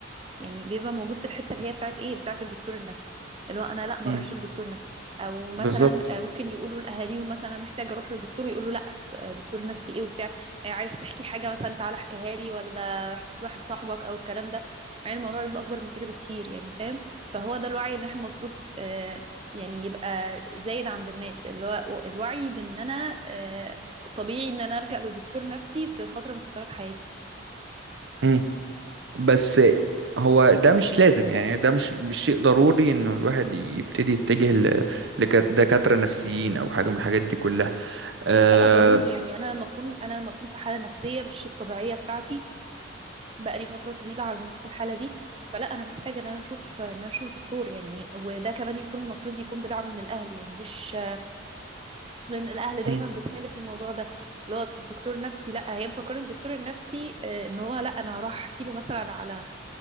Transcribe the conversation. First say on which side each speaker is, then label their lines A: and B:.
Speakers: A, on the right; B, on the right.
A: يعني بيبقى موجود في الحته اللي هي بتاعت ايه بتاعت الدكتور النفسي اللي هو انا لا ما
B: امم
A: اروحش لدكتور نفسي او مثلا
B: بالظبط
A: آه، ممكن يقولوا لاهاليهم مثلا انا محتاجه اروح لدكتور يقولوا لا آه، دكتور نفسي ايه وبتاع آه، عايز تحكي حاجه مثلا تعالى احكيها لي ولا احكي لواحد صاحبك او الكلام ده مع ان الموضوع بيبقى اكبر من كده بكتير يعني فاهم فهو ده الوعي اللي احنا المفروض آه، يعني يبقى زايد عند الناس اللي هو الوعي بان انا آه، طبيعي ان انا الجأ لدكتور نفسي في فتره من فترات حياتي
B: امم بس هو ده مش لازم يعني ده مش مش شيء ضروري انه الواحد يبتدي يتجه ل- لدكاترة نفسيين او حاجة من الحاجات دي كلها أه
A: لا ضروري يعني انا لما اكون انا لما اكون في حاله نفسيه مش الطبيعيه بتاعتي بقالي فتره طويله على نفس الحاله دي فلا انا محتاجه ان انا اشوف ان انا اشوف دكتور يعني وده كمان يكون المفروض يكون بدعم من الاهل يعني مش لان الاهل دايما
B: مم.
A: بتخالف الموضوع ده اللي هو الدكتور النفسي لا هي مفكره الدكتور النفسي آه، ان هو لا انا هروح احكي له مثلا على